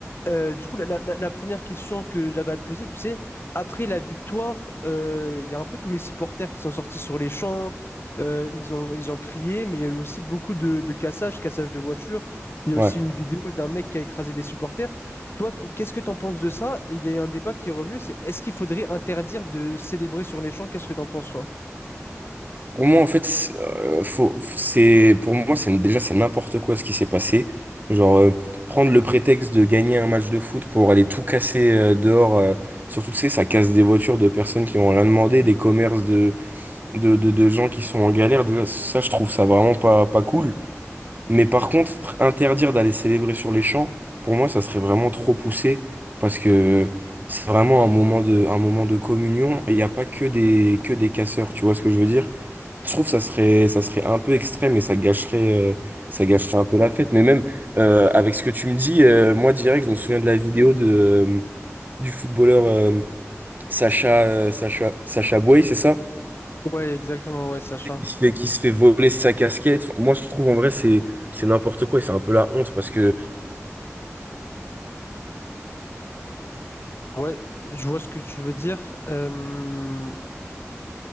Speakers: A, on the left; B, on the right.
A: Euh, du coup, la, la- la- première question que j'avais à te poser, tu sais, après la victoire, euh, il y a un peu tous les supporters qui sont sortis sur les champs, euh, ils ont, ils ont crié, mais il y a eu aussi beaucoup de, de cassages, cassages de voitures. Il y a
B: Ouais.
A: aussi une vidéo d'un mec qui a écrasé des supporters. Toi, qu- qu'est-ce que tu en penses de ça? Et il y a un débat qui est revenu, c'est est-ce qu'il faudrait interdire de célébrer sur les champs? Qu'est-ce que tu en penses, toi?
B: Pour moi, en fait, c'est, euh, faut, c'est, pour moi, c'est, déjà, c'est n'importe quoi ce qui s'est passé. Genre, euh, prendre le prétexte de gagner un match de foot pour aller tout casser euh, dehors, euh, surtout, tu sais, ça casse des voitures de personnes qui ont rien demandé, des commerces de, de, de, de gens qui sont en galère. Déjà, ça, je trouve ça vraiment pas, pas cool. Mais par contre, interdire d'aller célébrer sur les champs, pour moi, ça serait vraiment trop poussé parce que c'est vraiment un moment de, un moment de communion et il n'y a pas que des, que des casseurs, tu vois ce que je veux dire? Je trouve que ça serait, ça serait un peu extrême et ça gâcherait, euh, ça gâcherait un peu la fête. Mais même euh, avec ce que tu me dis, euh, moi direct, je me souviens de la vidéo de, euh, du footballeur euh, Sacha, euh, Sacha, Sacha Boey, c'est ça?
A: Ouais, exactement, ouais, Sacha.
B: Qui se fait, qui se fait voler sa casquette. Enfin, Moi, je trouve en vrai, c'est, c'est n'importe quoi et c'est un peu la honte parce que.
A: Ouais, je vois ce que tu veux dire. Euh,